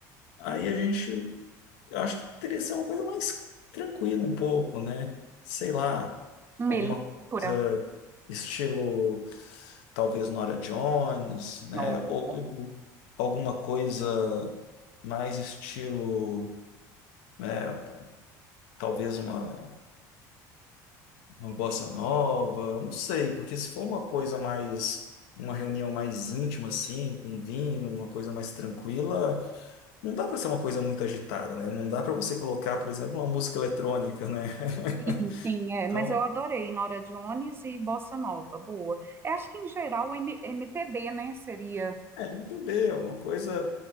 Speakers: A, on the left; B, on the right.
A: aí a gente, eu acho que teria que ser uma coisa mais tranquila um pouco, né? Sei lá,
B: Uma
A: alguma
B: melípora?
A: coisa estilo, talvez Nora Jones, né?
B: Oh,
A: Ou alguma coisa mais estilo, né? Talvez uma Uma bossa nova, não sei, porque se for uma coisa mais, uma reunião mais íntima assim, com vinho, uma coisa mais tranquila, não dá para ser uma coisa muito agitada, né? Não dá para você colocar, por exemplo, uma música eletrônica, né? <laughs>
B: sim, sim, é,
A: Então,
B: mas eu adorei Nora Jones e Bossa Nova, boa. Eu acho que em geral M- MPB, né, seria.
A: é, um bebê, uma coisa